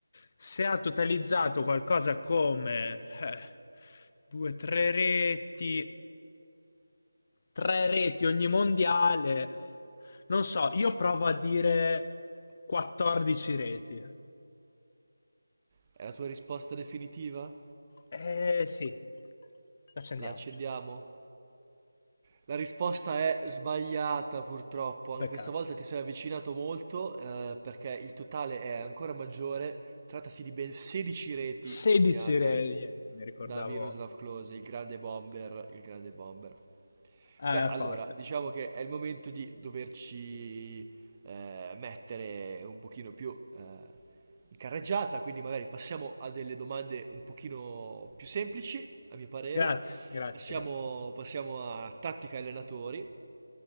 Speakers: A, on the left; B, on the right.
A: Se ha totalizzato qualcosa come eh, due, tre reti, tre reti ogni mondiale, non so, io provo a dire 14 reti.
B: È la tua risposta definitiva?
A: Eh sì, accendiamo,
B: La accendiamo? La risposta è sbagliata purtroppo, anche
A: peccato.
B: questa volta ti sei avvicinato molto eh, perché il totale è ancora maggiore, trattasi di ben 16 reti
A: 16
B: segnate
A: reti, niente, mi ricordavo
B: da Miroslav Klose, il grande bomber, il grande bomber.
A: eh,
B: Beh, allora,
A: forte.
B: diciamo che è il momento di doverci eh, mettere un pochino più eh, in carreggiata, quindi magari passiamo a delle domande un pochino più semplici, a mio parere.
A: Grazie, grazie,
B: Passiamo,
A: grazie.
B: passiamo a tattica e allenatori